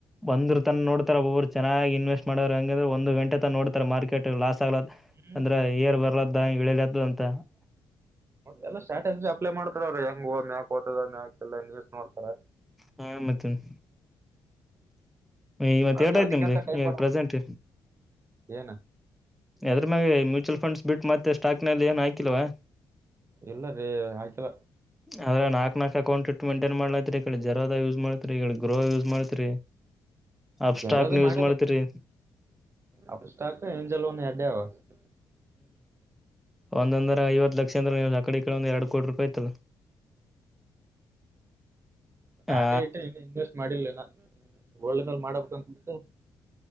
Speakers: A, in the centre; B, on the right.
A: ಒಂದ್ರು ತನ್ ನೋಡ್ತಾರ ಒಬ್ಬಬ್ರು ಚೆನ್ನಾಗಿ ಇನ್ವೆಸ್ಟ್ ಮಾಡ ಹಂಗ್ರೆ ಒಂದು ಗಂಟೆ ತ ನೋಡ್ತಾರೆ ಮಾರ್ಕೆಟ್ ಲಾಸ್ ಆಗ್ಲದ
B: ಹ್ಮ್
A: ಅಂದ್ರೆ ಏರ್ ಬರ್ಲ ಇಳಲ್ದು ಅಂತ <unintelligible>
B: ಎಾ ಸ್ಟ್ರಾಟಜಿ ಅಪ್ಲೈ ಮಾಡ್ತಾರ ಅವ್ರ ಹೆಂಗ ಹ ಮ್ಯಾಕ್ ಹತದ ಮ್ಯಾಕ್ ಎಲ್ಲ ನೋಡ್ತಾರ
A: ಹಾ ಮತ್ತನ್ ಇವತ್ತ
B: ಅದ್
A: ಎೇಟ <unintelligible>
B: ಅದಕ್ಕಂತ
A: ಆ್ತಿ ನಿಮ್ದೀ
B: ಟೈಮ್
A: ಈಗ
B: ಕೊಡ
A: ಪ್ರೆಸೆಂಟ್
B: ಏನ
A: ಅದ್ರ ಮ್ಯಾಗೆ ಮ್ಯೂಚುವಲ್ ಫಂಡ್ಸ್ ಬಿಟ್ಟು ಮತ್ತೆ ಸ್ಟಾಕ್ನಲ್ಲಿ ಏನು ಹಾಕಿಲ್ವಾ
B: ಇಲ್ಲ ರೀ ಹಾಕಿಲ್ಲ
A: ಅದ್ರ ನಾಕಕ್ ನಾಕ್ಕೌಂಟ್ ಇಟ್ ಮೈಂಟೈನ್ ಮಾಡಲತ್ರಿ ಜರೋ ಯೂಸ್ ಮಾಡತ್ರಿ ಗ್ರೋ ಯೂಸ್ ಮಾಡ್ತ್ರಿ ಅಪ್
B: ಜಾರ
A: ಸ್ಟಾಕ್ ನ
B: ಮಾಡ
A: ಯೂಸ್ ಮಾಡ್ತೀರಿ
B: ಆ ಪುಸ್ತ ಎಂಜ <unintelligible> ಅಡಾವ <unintelligible>
A: ಒಂದೊಂದ್ರ ಐವತ್ತು ಲಕ್ಷ ಅಂದ್ರ ನೀ್ ಸಕಡೆ ಈ ಕಡೆ ಒಂದ್ ಎರಡು ಕೋಟಿ ರೂಪಾಯಿಐತ್
B: ಟಾಟೆ
A: ಆ
B: ಇಟ್ಟ್ರೆ ಇ ಇನ್ವೆಸ್ಟ್ ಮಾಡಿಲ್ಲನಾ ಒಳ್ಳದಲ್ ಮಾಡಬೇಕಂತ <inaudible>